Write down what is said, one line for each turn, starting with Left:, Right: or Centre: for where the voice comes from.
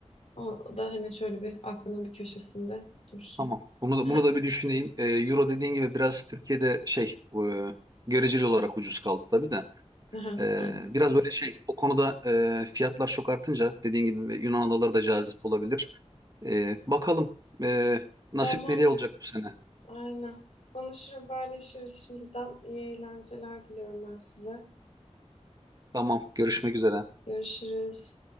Left: O da hani şöyle bir aklının bir köşesinde dursun.
Right: Tamam. Bunu da,
Left: <laughs>
Right: bunu da bir düşüneyim. E, Euro dediğin gibi biraz Türkiye'de şey e, göreceli olarak ucuz kaldı tabii de.
Left: Aha,
Right: Ee,
Left: Aynen.
Right: biraz böyle şey o konuda e, fiyatlar çok artınca dediğin gibi Yunan adaları da cazip olabilir. Ee, bakalım e, nasip
Left: Tamamdır.
Right: nereye olacak bu sene.
Left: Aynen. Konuşur haberleşiriz şimdiden. iyi eğlenceler diliyorum ben size.
Right: Tamam görüşmek üzere.
Left: Görüşürüz.